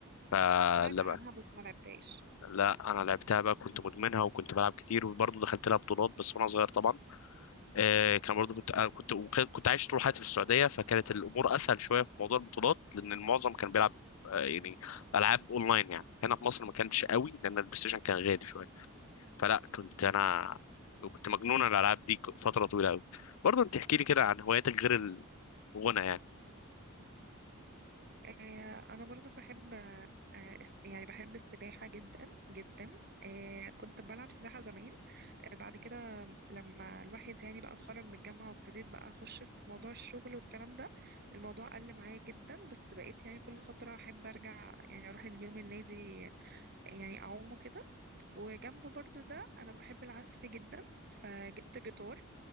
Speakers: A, on the left; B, on the right.
A: فلما
B: سمعت عنها بس ما لعبتهاش
A: لا انا لعبتها بقى كنت مدمنها وكنت بلعب كتير وبرضه دخلت لها بطولات بس وانا صغير طبعا آه كان برضه كنت آه كنت وك- كنت عايش طول حياتي في السعوديه فكانت الامور اسهل شويه في موضوع البطولات لان المعظم كان بيلعب آه يعني العاب اونلاين يعني هنا في مصر ما كانش قوي لان البلاي ستيشن كان غالي شويه فلا كنت انا كنت مجنون على الالعاب دي ك- فتره طويله قوي برضه انت احكي لي كده عن هواياتك غير الغنى يعني
B: آه، انا برضو بحب آه، الس- يعني بحب السباحة جدا جدا آه، كنت بلعب سباحة زمان آه، بعد كده لما الواحد يعني بقى اتخرج من الجامعة وابتديت بقى اخش في موضوع الشغل والكلام ده الموضوع قل معايا جدا بس بقيت يعني كل فترة احب ارجع يعني اروح اليوم النادي يعني اعومه كده وجنب برضو ده انا بحب العزف جدا فجبت جيتار